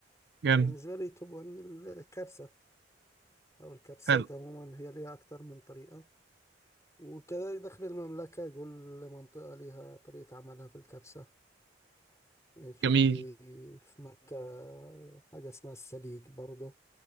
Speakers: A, on the right; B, on the left.
A: جامد
B: يعني بالنسبة لي توب 1 الكبسة أو الكبسات
A: حلو
B: عموما هي ليها أكتر من طريقة وكذلك داخل المملكة كل منطقة لها طريقة عملها في الكبسة في
A: جميل
B: في مكة حاجة اسمها السليق برضه